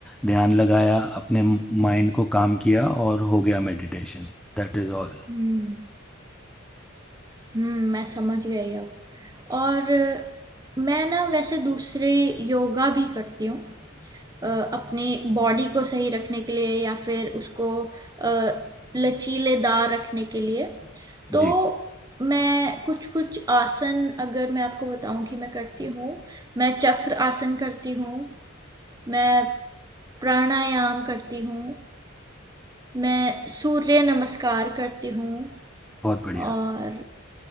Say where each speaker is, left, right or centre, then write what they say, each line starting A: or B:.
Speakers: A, in the centre; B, on the right (about 20°).
A: ध्यान लगाया, अपने म माइंड को काम किया और हो गया मेडिटेशन। That is all.
B: हम्म हम्म मैं समझ गई अब और मैं ना वैसे दूसरे योगा भी करती हूँ अ, अपने बॉडी को सही रखने के लिए या फिर उसको अ, लचीलेदार रखने के लिए
A: जी,
B: तो मैं कुछ कुछ आसन अगर मैं आपको बताऊं कि मैं करती हूँ मैं चक्र आसन करती हूँ मैं प्राणायाम करती हूँ मैं सूर्य नमस्कार करती हूँ
A: बहुत बढ़िया।
B: और